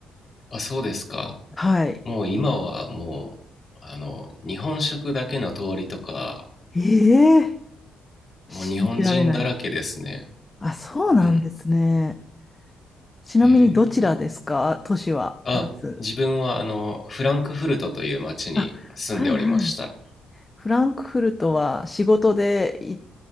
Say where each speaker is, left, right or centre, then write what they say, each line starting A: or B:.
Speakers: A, on the left; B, on the left.
A: あ、そうですか。
B: はい。
A: もう今はもう、あの、日本食だけの通りとか、
B: ええ信じられない。
A: もう日本人だらけですね。
B: あ、そうなんですね。
A: うん。
B: ちなみにどちらですか都市は。
A: へえ。あ、
B: ドイツ。
A: 自分はあの、フランクフルトという町に住んでおりました。
B: あ、はいはい。フランクフルトは仕事で行っ